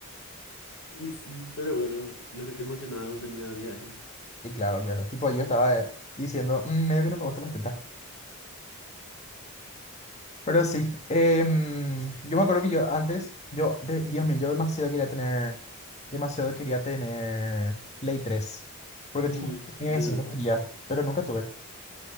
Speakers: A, on the left (about 80°); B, on the left (about 30°).
A: Y sí, pero bueno, lo que te emocionaba no tenía 10 años.
B: Y claro, claro. Tipo, yo estaba eh, diciendo, "Mm, medio que no me gustan las tetas. Pero sí, em, yo me acuerdo que yo antes, yo, de- Dios mío, yo demasiado quería tener, demasiado quería tener Play tres Porque
A: Mm,
B: tipo, mi
A: Yo
B: vecino
A: también.
B: quería, pero nunca tuve.